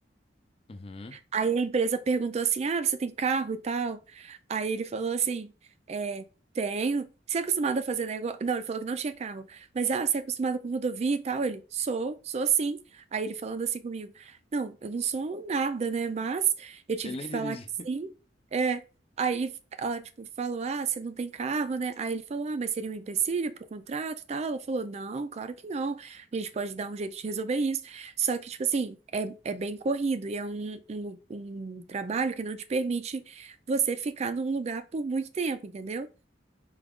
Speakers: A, on the left; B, on the right.
A: Uhum.
B: Aí a empresa perguntou assim: Ah, você tem carro e tal? Aí ele falou assim: é, Tenho. Você é acostumado a fazer negócio? Não, ele falou que não tinha carro. Mas, ah, você é acostumado com rodovia e tal? Ele, sou, sou sim. Aí ele falando assim comigo: Não, eu não sou nada, né? Mas eu tive
A: Ele
B: que
A: nem
B: falar
A: dirige.
B: que sim.
A: <laughs>
B: É. Aí ela, tipo, falou: Ah, você não tem carro, né? Aí ele falou: Ah, mas seria um empecilho pro contrato e tal? Ela falou: Não, claro que não. A gente pode dar um jeito de resolver isso. Só que, tipo assim, é, é bem corrido e é um, um, um trabalho que não te permite você ficar num lugar por muito tempo, entendeu?